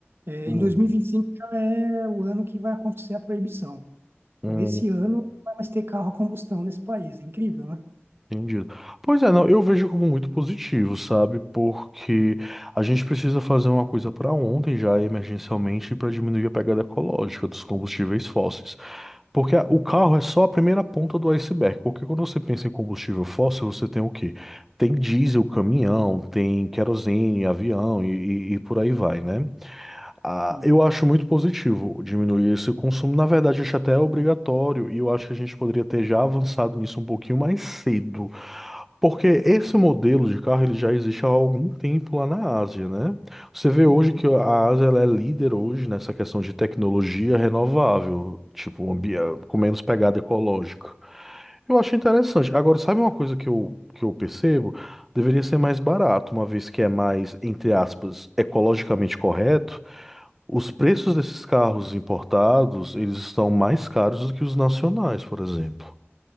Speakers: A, on the right; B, in the centre.
A: é,
B: Uhum.
A: em 2025 já é o ano que vai acontecer a proibição.
B: Uhum.
A: Então, esse ano não vai mais ter carro a combustão nesse país. É incrível, né?
B: Entendido. Pois é, não, eu vejo como muito positivo, sabe? Porque a gente precisa fazer uma coisa para ontem já, emergencialmente, para diminuir a pegada ecológica dos combustíveis fósseis. Porque a- o carro é só a primeira ponta do iceberg. Porque quando você pensa em combustível fóssil, você tem o quê? Tem diesel, caminhão, tem querosene, avião e, e e por aí vai, né? Ah,
A: Sim.
B: eu acho muito positivo diminuir esse consumo. Na verdade, acho até é obrigatório e eu acho que a gente poderia ter já avançado nisso um pouquinho mais cedo. Porque esse modelo de carro ele já existe há algum tempo lá na Ásia, né? Você vê
A: Uhum.
B: hoje que a Ásia ela é líder hoje nessa questão de tecnologia renovável, tipo, um ambi- com menos pegada ecológica. Eu acho interessante. Agora, sabe uma coisa que eu, que eu percebo? Deveria ser mais barato, uma vez que é mais, entre aspas, ecologicamente correto. Os preços
A: Sim.
B: desses carros importados, eles estão mais caros do que os nacionais, por exemplo.